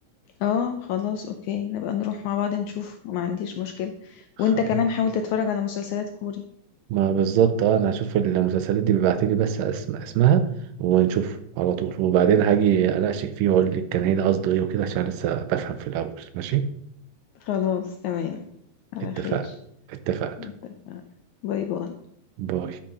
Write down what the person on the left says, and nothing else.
اه خلاص أوكي نبقى نروح مع بعض نشوف ما عنديش مشكلة
وانت كمان حاول تتفرج على مسلسلات كوري
خلاص تمام على
خير
اتفقنا باي باي